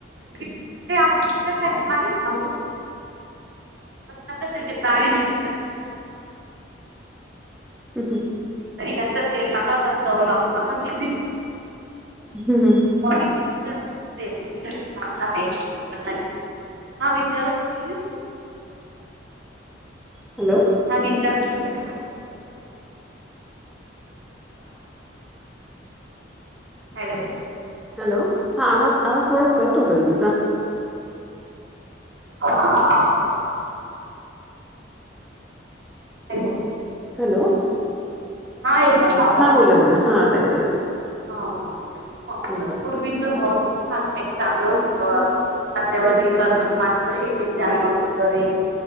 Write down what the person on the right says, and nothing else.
ते आपण खा ना आपण आप बाहे <unintelligible>
ताई जास्त तेल नका खात जाऊन आपण जि
ऑडिे चांगलं आहे. <unintelligible> हा विचारच नाही.
हा ब. <unintelligible> हॅलो.
हा. hello
हा येतो का? आवाज
हा हा असंच
पूर्वीच मसम छानपन चांगलं होतं
<unintelligible> खात्यावर करणं मागसं शेतीत जाणव वगैरे